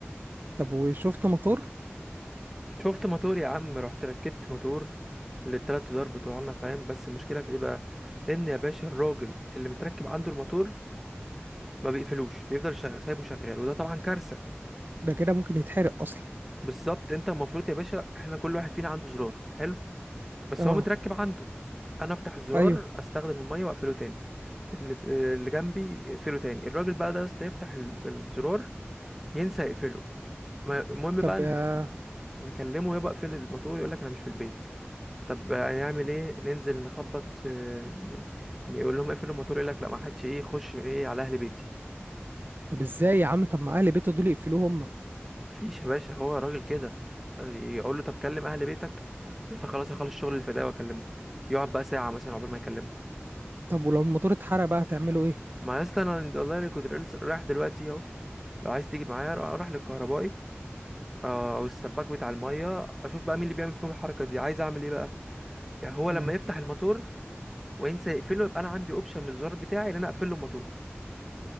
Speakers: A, on the right (about 50°); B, in the centre.
A: طب وشفت مطر
B: <coughs> شفت موتور يا عم رحت ركبت موتور للتلات ادوار بتوعنا فاهم بس المشكله في ايه بقى ان يا باشا الراجل اللي متركب عنده الموتور ما بيقفلوش بيفضل شغ... سايبه شغال وده طبعا كارثه
A: ده كده ممكن يتحرق اصلا
B: بالظبط انت المفروض يا باشا احنا كل واحد فينا عنده زرار حلو بس
A: اه
B: هو متركب عنده انا افتح الزرار
A: ايوه
B: استخدم الميه واقفله تاني اللي, اللي جنبي يقفله تاني الراجل بقى ده يا اسطى يفتح ال- الزرار ينسى يقفله ما- المهم
A: طب
B: بقى ن-
A: يا
B: نكلمه يبقى اقفل الموتور يقول لك انا مش في البيت طب هنعمل ايه ننزل نخبط آه، ن- نقول لهم اقفلوا الموتور يقول لك لا ما حدش ايه يخش من ايه على اهل بيتي
A: طب ازاي يا عم طب ما اهل بيته دول يقفلوه هم
B: مفيش يا باشا هو راجل كده يقول له طب كلم اهل بيتك يقول لك خلاص اخلص شغل الفداء واكلمه يقعد بقى ساعه مثلا عقبال ما يكلمه
A: طب ولو الموتور اتحرق بقى هتعملوا ايه
B: ما يا اسطى انا والله اللي كنت لسه رايح دلوقتي اهو لو عايز تيجي معايا روح روح للكهربائي آه، او السباك بتاع الميه اشوف بقى مين اللي بيعمل فيهم الحركه دي عايز اعمل ايه بقى يعني هو
A: مم.
B: لما يفتح الموتور وانسى يقفله يبقى انا عندي اوبشن من الزرار بتاعي ان انا اقفل له الموتور